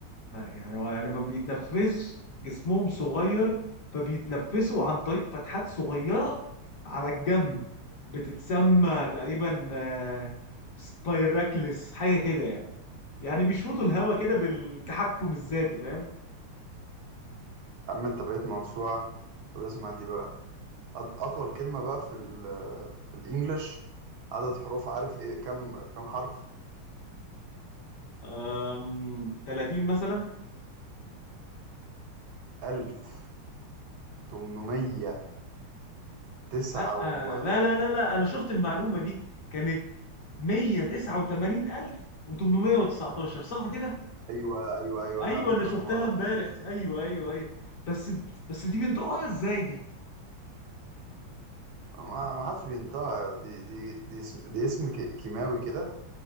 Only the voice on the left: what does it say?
ما يعني هو يعني ما بيتنفسش جسمهم صغير فبيتنفسوا عن طريق فتحات صغيره على الجنب بتتسمى تقريبا آه، سبايراكلس حاجه كده يعني يعني بيشفطوا الهواء كده بالتحكم الذاتي فاهم
أم، 30 مثلا
لا
لا لا لا لا انا شفت المعلومه دي كانت 189819 صح كده
ايوه
انا
شفتها
امبارح
ايوه ايوه ايوه بس بس دي بنطقها ازاي دي